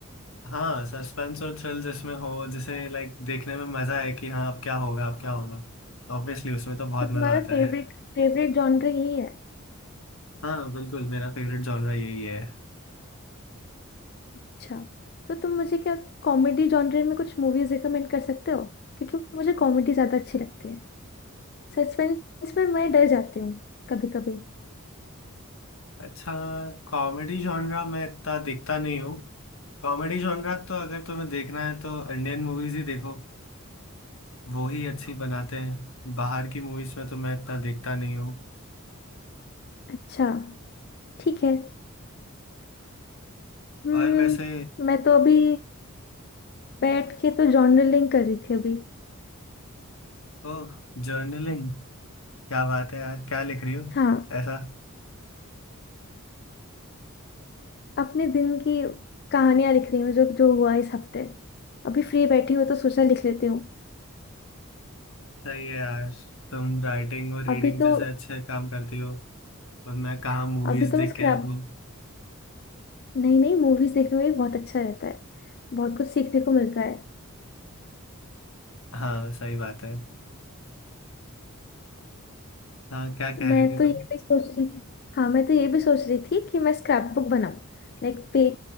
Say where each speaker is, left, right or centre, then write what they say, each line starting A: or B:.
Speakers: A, on the left; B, on the left.
A: हाँ सस्पेंस और थ्रिल जिसमें हो जिसे लाइक देखने में मज़ा है कि हाँ अब क्या होगा अब क्या होगा ऑब्वियसली उसमें तो बहुत
B: तो तुम्हारा
A: मज़ा आता
B: फेवरेट
A: है
B: फेवरेट जॉनर यही है
A: हाँ बिल्कुल मेरा फेवरेट जॉनरा यही है
B: अच्छा तो तुम मुझे क्या कॉमेडी जॉनर में कुछ मूवीज रिकमेंड कर सकते हो क्योंकि मुझे कॉमेडी ज्यादा अच्छी लगती है सस्पेंस में मैं डर जाती हूँ कभी कभी
A: अच्छा कॉमेडी जॉनरा मैं इतना देखता नहीं हूँ कॉमेडी जॉनरा तो अगर तुम्हें देखना है तो इंडियन मूवीज ही देखो वो ही अच्छी बनाते हैं बाहर की मूवीज में तो मैं इतना देखता नहीं हूँ
B: अच्छा ठीक है हम्म
A: और वैसे
B: मैं तो अभी बैठ के तो जॉनर लिंक कर रही थी अभी
A: ओ जर्नलिंग क्या बात है यार क्या लिख रही हो
B: हाँ
A: ऐसा
B: अपने दिन की कहानियां लिख रही हूँ जो जो हुआ इस हफ्ते अभी फ्री बैठी हूँ तो सोचा लिख लेती हूँ
A: सही है यार तुम राइटिंग और रीडिंग
B: अभी
A: जैसे
B: तो
A: अच्छे काम करती हो और मैं कहाँ मूवीज
B: अभी तो
A: देख
B: मैं स्क्रैप
A: के अपनी
B: नहीं नहीं मूवीज देखने में भी बहुत अच्छा रहता है बहुत कुछ सीखने को मिलता है
A: हाँ सही बात है हाँ क्या कह
B: मैं
A: रही थी
B: तो
A: तुम
B: ये भी सोच रही थी हाँ मैं तो ये भी सोच रही थी कि मैं स्क्रैप बुक बनाऊं लाइक पे,